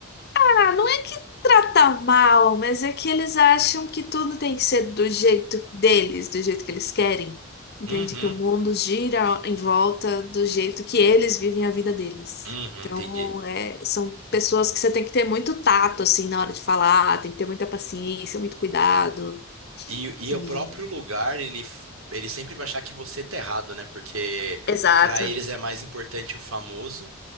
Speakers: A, on the left; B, on the right.
A: Ah, não é que trata mal, mas é que eles acham que tudo tem que ser do jeito deles, do jeito que eles querem. Entende?
B: Uhum,
A: Que o mundo gira em volta do jeito que eles vivem a vida deles.
B: uhum,
A: Então,
B: entendi.
A: é, são pessoas que você tem que ter muito tato, assim, na hora de falar, tem que ter muita paciência, muito cuidado.
B: E, e
A: E
B: o próprio lugar, ele, f- ele sempre vai achar que você tá errado, né? Porque
A: Exato.
B: pra eles é mais importante o famoso